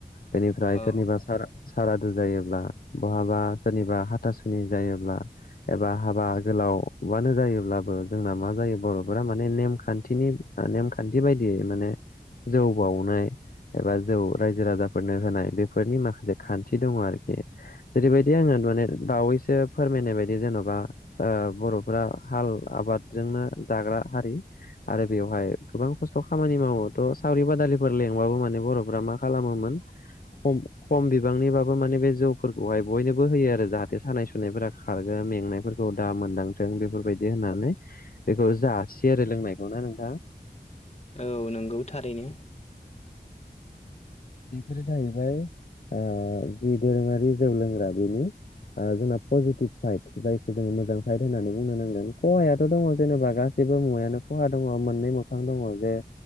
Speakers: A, on the left; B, on the left.
A: बेनिफ्राय
B: औ
A: सोरनिबा सारा- सारा सारादु जायोब्ला बहाबा सोरनिबा हाथासुनि जायोब्ला एबा हाबा गोलावबानो जायोब्लाबो जोंना मा जायो बर'फोरा माने नेमखान्थिनि नेमखान्थि बायदियै माने जौ बावनाय एबा जौ रायजो राजाफोरनो होनाय बेफोरनि माखासे खान्थि दङ आरोखि। जेरैबायदि आङो माने बावैसो फोरमायनाय बायदि जेन'बा ओ बर'फ्रा हाल आबादजोंनो दाग्रा हारि आरो बेवहाय गोबां खस्थ' खामानि मावोथ' सावरि बादालिफोर लेंबाबो माने बर'फोरा मा खालामोमोन। खम -खम बिबांनिबाबो माने बे जौफोरखौहाय बयनोबो होयो आरो। जाहाथे सानाय सुनायफोरा खारगोन। मेंनायफोरखौ दा मोनदांथों बेफोरबायदि होननानै। बेखौ जासियो आरो लोंनायखौ <unintelligible>
B: औ नंगौ थारैनो।
A: बेफोरो जाहैबाय ओ जि दोरोङारि जौ लोंग्रा बेनि जोंना पजिटिभ साइद जायखौ जोङो मोजां साइद होननानै बुंनो नांगोन। खहायाथ' दङ जेनेबा <unintelligible> सेबो मुवायानो खहा दङ मोननै मोखां दङ जे